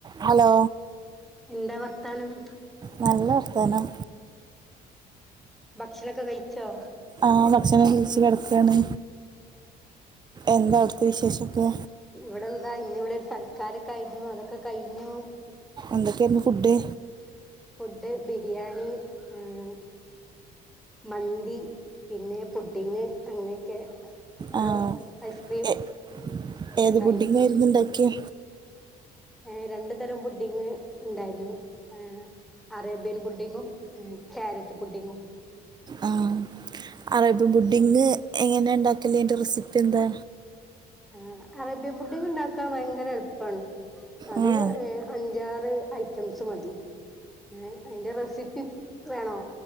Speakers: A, on the right; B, in the centre.
A: ഹലോ
B: എന്താ വർത്താനം
A: നല്ല വർത്താനം
B: ഭക്ഷണൊക്കെ കയിച്ചോ
A: ആഹ് ഭക്ഷണം കയിച്ച കെടക്കാണ് എന്താ അവിടുത്തെ വിശേഷൊക്കെ
B: ഇവിടെ എന്താ ഇന്ന് ഇവിടെ ഒരു സൽക്കാരൊക്കെ ആയിരുന്നു അതൊക്കെ കയിഞ്ഞു
A: എന്തക്കാന്ന് ഫുഡ്
B: ഫുഡ് ബിരിയാണി ഉം മന്തി പിന്നെ പുഡ്ഡിഠങ് അങ്ങനെയൊക്കെ ഓരോ
A: ആ
B: ഐസ്ക്രീം
A: എ-
B: ഒക്കെ
A: ഏത്
B: ഉണ്ടായിനി
A: ബുഡിങ്ങായിരുന്നു ഇണ്ടാക്കിയെ
B: ഏ രണ്ടു തരം ബുഡിങ്ങ് ഉണ്ടായിരുന്നു ഉം അറേബ്യൻ പുഡിങ്ങും ക്യാരറ്റ് പുഡിങ്ങും
A: ആഹ് അറേബ്യൻ ബുഡിങ്ങ് എങ്ങനെ ഇണ്ടാക്കല്ല് അതിന്റെ റെസിപ്പി എന്താ
B: ആ അറേബ്യൻ ഫുഡിങ് ഇണ്ടാക്കാൻ ഭയങ്കര എളുപ്പാണ് അതിന്
A: ആ
B: ഏ അഞ്ചാറ് ഐറ്റംസ് മതി ഏ അതിന്റെ റെസിപ്പി വേണോ